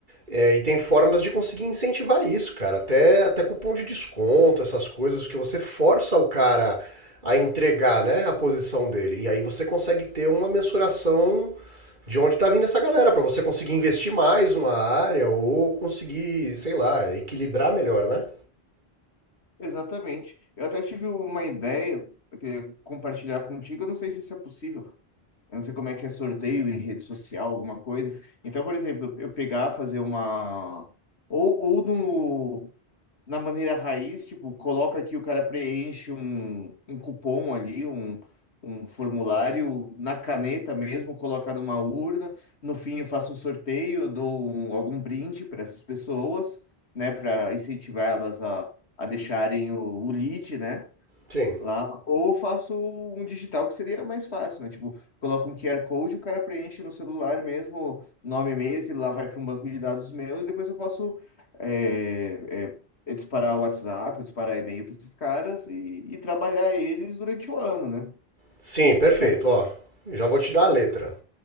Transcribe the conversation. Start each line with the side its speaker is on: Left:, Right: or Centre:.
Right: É, e tem formas de conseguir incentivar isso, cara. Até, até cupom de desconto, essas coisas, que você força o cara a entregar, né, a posição dele. E aí você consegue ter uma mensuração de onde está vindo essa galera, para você conseguir investir mais numa área ou conseguir, sei lá, equilibrar melhor, né?
Left: Exatamente. Eu até tive uma ideia, eu queria compartilhar contigo, eu não sei se isso é possível. Eu não sei como é que é sorteio em rede social, alguma coisa. Então, por exemplo, eu pegar, fazer uma. Ou, ou no, na maneira raiz, tipo, coloca que o cara preenche um, um cupom ali, um, um formulário na caneta mesmo, coloca numa urna. No fim, eu faço um sorteio, dou um- algum brinde para essas pessoas, né, para incentivar elas a, a deixarem o, o lead, né?
Right: Sim.
Left: lá, ou faço um digital que seria mais fácil, né? Tipo, coloca um QR Code, o cara preenche no celular mesmo, nome e e-mail, que lá vai para um banco de dados meu, e depois eu posso é, é, é disparar o WhatsApp, disparar e-mail para esses caras e, e trabalhar eles durante o ano, né?
Right: Sim, perfeito.
Left: Certo?
Right: Ó, já vou te dar a letra.